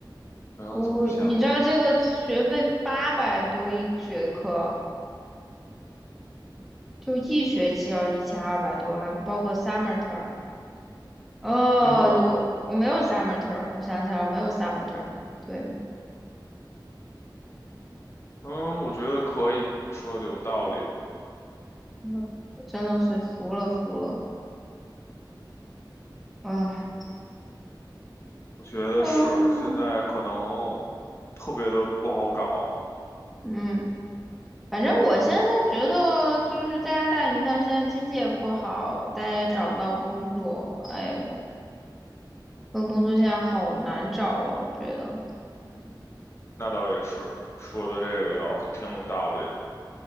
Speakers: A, on the left; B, in the centre.
A: 不要这么想。
B: 我，你知道这个学费八百多一学科，就一学期要一千二百多，还不包括 summer term。哦，
A: 嗯
B: 我我没有 summer term，我想起来我没有 summer term。对，
A: 嗯，我觉得可以，你说的有道理。
B: 嗯真的是服了服了，啊。
A: 我觉得是，
B: 啊
A: 现在可能特别的不好搞。
B: 嗯，反正我现在觉得就是加拿大，你看现在经济也不好，大家也找不到工作，哎呦，份工作现在好难找啊，我觉得，
A: 嗯那倒也是，说的这个倒是挺有道理的。